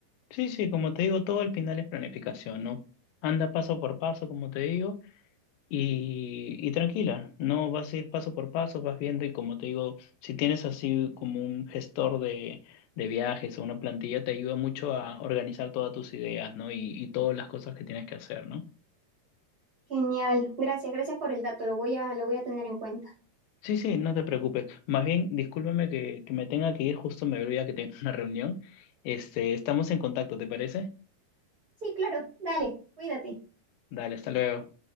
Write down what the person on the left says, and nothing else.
Sí, sí, como te digo, todo al final es planificación, ¿no? Anda paso por paso, como te digo, y, y tranquila, no vas a ir paso por paso, vas viendo y como te digo, si tienes así como un gestor de, de viajes o una plantilla, te ayuda mucho a organizar todas tus ideas, ¿no? Y, y todas las cosas que tienes que hacer, ¿no?
Sí, sí, no te preocupes. Más bien, discúlpame que, que me tenga que ir, justo me olvidé que tengo <laughs> una reunión. Este, estamos en contacto, ¿te parece?
Dale, hasta luego.